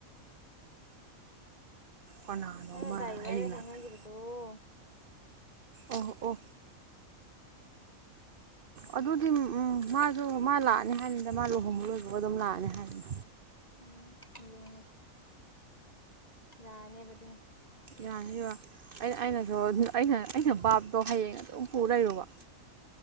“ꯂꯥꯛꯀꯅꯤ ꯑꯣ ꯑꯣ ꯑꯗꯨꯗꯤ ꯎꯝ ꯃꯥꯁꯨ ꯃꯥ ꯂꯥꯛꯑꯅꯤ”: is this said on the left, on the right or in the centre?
Right